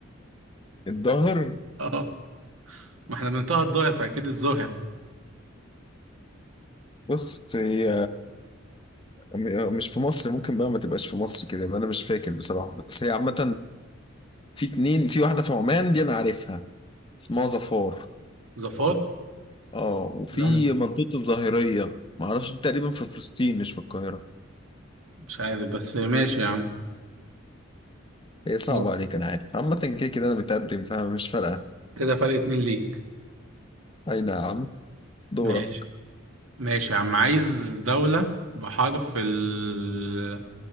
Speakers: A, on the left; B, on the right.
A: الظهر
B: اه ما احنا بنطقها الظاهر فاكيد الظاهر
A: بص هي م- مش في مصر ممكن بقى ما تبقاش في مصر كده يبقى انا مش فاكر بصراحة بس هي عامة في اتنين في واحدة في عمان دي انا عارفها اسمها ظفار
B: ظفار
A: اه وفي
B: لا
A: منطقة الظاهرية ما اعرفش دي تقريبا في فلسطين مش في القاهرة
B: مش عارف بس ماشي يا عم
A: هي صعبة
B: ماشي
A: عليك انا عارف عامة كده كده انا متقدم فمش فارقة
B: كده فرق اتنين ليك
A: اي نعم دورك
B: ماشي ماشي يا عم عايز دولة بحرف ال